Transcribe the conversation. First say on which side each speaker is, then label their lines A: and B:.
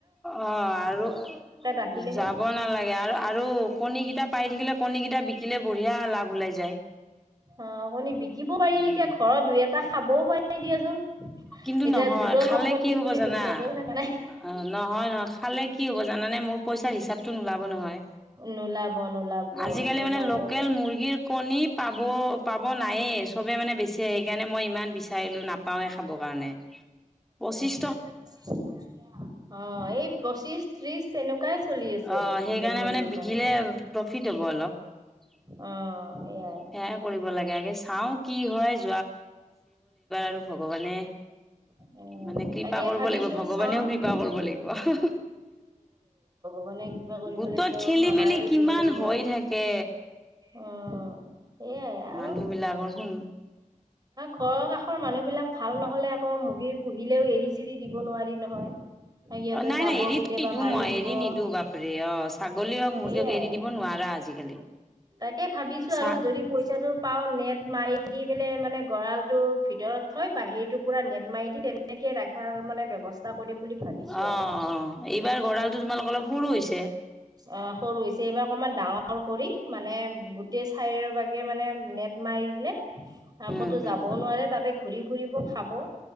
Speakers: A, in the centre; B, on the right.
A: অ' আৰু
B: ৰাখিলে হ'ল
A: যাব নালাগে আৰু আৰু কণী কেইটা পাই থাকিলে কণী কেইটা বিকিলে বঢ়িয়া লাভ ওলাই যায়।
B: অ কণি বিকিব পাৰি,
A: উম।
B: এতিয়া ঘৰত দুই এটা খাবও পাৰি দিয়াচোন
A: কিন্তু
B: এতিয়া
A: নহয়,
B: গোটৰ
A: খালে
B: সম্পত্তি
A: কি কি হব
B: বুলি
A: জানা,
B: নোখোৱাকেও থকা নাই
A: অ নহয় নহয় খালে কি হ'ব জানানে মোৰ পইচাৰ হিচাপতটো নোলাব নহয়।
B: নোলাব নোলাব
A: আজিকালি
B: নোলাব
A: মানে লোকেল
B: ত
A: মুৰ্গীৰ কণী পাব, পাব নায়ে চবে মানে বেছে, সেইকাৰণে মই ইমান বিচাৰিলো নাপাওৱে খাব কাৰণে, পঁচিছ
B: অহ এই পঁচিশ ত্ৰিশ তেনেকুৱাই চলি আছে
A: অ'
B: লোকেল
A: সেইকাৰণে
B: মুৰ্গীৰ
A: মানে বিকিলে
B: কণী
A: প্ৰফিট হ'ব অলপ। সেয়াই
B: অ সেইয়াই
A: কৰিব লাগে আগে চাও কি হয়। আৰু ভগৱানে
B: অ
A: মানে কি কৃপা
B: তাকে
A: কৰিব
B: ভাবিছো
A: লাগিব ভগৱানেও
B: চাও
A: কৃপা
B: কি
A: কৰিব লাগিব।
B: ৱানেও কিবা কৰিব
A: গোটত
B: লাগিব
A: খেলি
B: মামায়ো
A: মেলি কিমান
B: দিব লাগিব
A: হৈ থাকে
B: উ সেয়াই আৰু
A: মানুহ বিলাকৰ শুন
B: ঘৰৰ কাষৰ মানুহ মানুহবিলাক ভাল নহলে আকৌ মুৰ্গীৰ পুহিলেও এৰি চেৰি দিব নোৱাৰি নহয়। সিহঁতে
A: অ নাই
B: যাব
A: নাই এৰিত
B: কেতিয়াবা
A: নিদো
B: মাৰি
A: মই
B: দিব
A: এৰি
B: অ
A: নিদো বাপৰি অ' ছাগলী হওক মুৰ্গী
B: সেইয়াই
A: হক এৰি দিব নোৱাৰা। আজিকালি।
B: তাকে ভাবিছো
A: চা
B: আৰু যদি পইচাটো পাও নেট মাৰি দি পেলে মানে গঁড়াল তৰ ভিতৰত থৈ বাহিৰতটো পুৰা নেট মাৰি দি তেনেকে ৰখাৰ মানে ব্যৱস্থা কৰিম বুলি ভাবিছো
A: অ' অ'
B: আৰু
A: এইবাৰ গঁৰালতটো তোমালোকৰ অলপ সৰু হৈছে?
B: অ' সৰু হৈছে এইবাৰ অকণমান ডাঙৰ ডাঙৰ কৰি মানে গোটেই চাইৰ বাগেৰে মানে নেট মাৰি দিলে আকৌ
A: উম
B: তো
A: উম
B: যাবও নোৱাৰে তাতে ঘূৰি ফুৰিব খাব